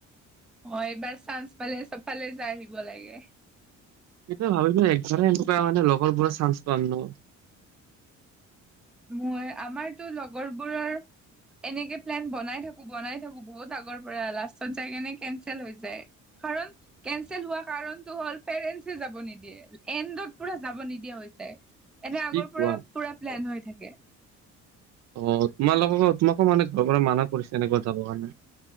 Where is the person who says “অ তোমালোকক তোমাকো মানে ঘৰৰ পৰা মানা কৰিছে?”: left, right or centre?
Right